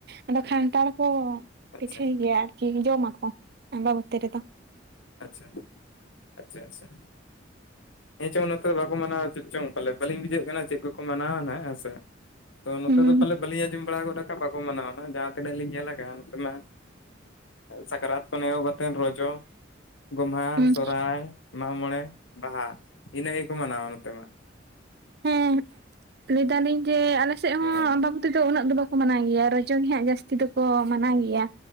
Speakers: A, on the right (about 55°); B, on the left (about 85°).
A: ᱟᱫᱚ, ᱠᱷᱟᱱᱴᱟᱲ ᱠᱚ
B: ᱟᱪᱪᱷᱟ
A: ᱯᱤᱴᱷᱟᱹᱭ ᱜᱮᱭᱟ᱾ ᱠᱤᱝ ᱡᱚᱢ ᱢᱟᱠᱚ ᱟᱢᱵᱟᱵᱚᱛᱤ ᱨᱮᱫᱚ᱾
B: ᱟᱪᱪᱷᱟ, ᱟᱪᱪᱷᱟ ᱟᱪᱪᱷᱟ, ᱦᱮᱸ ᱪᱚ ᱱᱚᱛ ᱱᱚᱛᱮ ᱫᱚ ᱵᱟᱠᱚ ᱢᱟᱱᱟᱣᱟ ᱪᱮᱫ ᱪᱚᱝ ᱯᱟᱞᱮ ᱵᱟᱞᱤᱧ ᱵᱩᱡᱷᱟᱹᱜ ᱠᱟᱱᱟ ᱪᱮᱜ ᱠᱚᱠᱚ ᱢᱟᱱᱟᱣᱟ ᱱᱟᱜ ᱦᱮᱸ ᱥᱮ? ᱛᱚ ᱱᱚᱛᱮ
A: ᱦᱩᱸ
B: ᱫᱚ ᱯᱟᱞᱮ ᱵᱟᱞᱤᱧ ᱟᱸᱡᱚᱢ ᱵᱟᱲᱟ ᱜᱚᱫ ᱠᱟᱜ ᱵᱟᱠᱚ ᱢᱟᱱᱟᱣᱱᱟᱜ ᱡᱟᱦᱟᱸ ᱛᱤᱱᱟᱹᱜ ᱞᱤᱧ ᱧᱮᱞ ᱠᱟᱜᱼᱟ ᱱᱚᱛᱮ ᱢᱟ ᱥᱟᱠᱨᱟᱛ ᱠᱷᱚᱱ ᱮᱦᱚᱵ ᱟᱛᱮᱱ ᱨᱚᱡᱚ᱾ ᱜᱚᱢᱦᱟ
A: ᱦᱩᱸ
B: ᱥᱚᱨᱦᱟᱭ ᱢᱟᱜᱽ ᱢᱚᱬᱮ ᱵᱟᱦᱟ ᱤᱱᱟᱹᱜ ᱜᱮᱠᱚ ᱢᱟᱱᱟᱣᱟ ᱱᱚᱛᱮ ᱢᱟ᱾
A: ᱦᱮᱸ, ᱞᱟᱹᱭ ᱫᱟᱞᱤᱧ ᱡᱮ ᱟᱞᱮᱥᱮᱫ
B: ᱦᱮᱸ,
A: ᱟᱢᱵᱟᱵᱚᱛᱤ ᱫᱚ ᱩᱱᱟᱹᱜ ᱫᱚ ᱵᱟᱠᱚ ᱢᱟᱱᱟᱣ ᱜᱮᱭᱟ ᱨᱚᱡᱚ ᱜᱮ ᱦᱟᱸᱜ ᱡᱟᱹᱥᱛᱤ ᱫᱚᱠᱚ ᱢᱟᱱᱟᱣ ᱜᱮᱭᱟ᱾